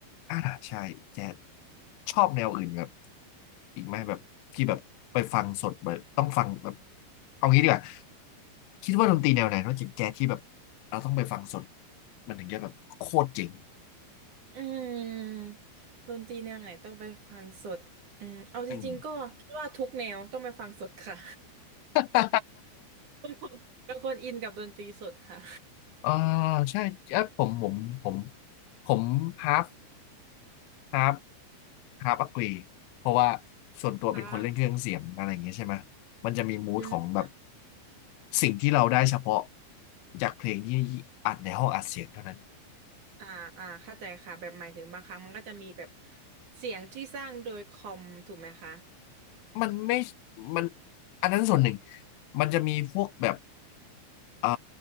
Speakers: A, on the left; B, on the right.
A: อ่าใช่แกชอบแนวอื่นแบบอีกไหมแบบที่แบบไปฟังสดแบบต้องฟังแบบเอางี้ดีกว่าคิดว่าดนตรีแนวไหนนอกจากแจ๊สที่แบบเราต้องไปฟังสดมันถึงจะแบบโคตรเจ๋ง
B: อืมดนตรีแนวไหนต้องไปฟังสดอืมเอาจริงๆก็คิดว่าทุกแนวต้องไปฟังสดค่ะ
A: อืม <laughs>
B: <laughs> เป็นคนเป็นคนอินกับดนตรีสดค่ะ
A: เออใช่เออผมผมผมผมฮาฟฮาฟ ฮาร์ปอักลีเพราะว่าส่วนตัวเป็นคนเล่นเครื่องเสียงอะไรอย่างเงี้ยใช่ไหม
B: ค่ะ
A: มันจะมีมูดของแบบ
B: อืม
A: สิ่งที่เราได้เฉพาะจากเพลงที่อัดในห้องอัดเสียงเท่านั้น
B: อ่าอ่าเข้าใจค่ะแบบหมายถึงบางครั้งมันก็จะมีแบบเสียงที่สร้างโดยคอมถูกไหมคะ
A: มันไม่มันอันนั้นส่วนหนึ่งมันจะมีพวกแบบเอ่อ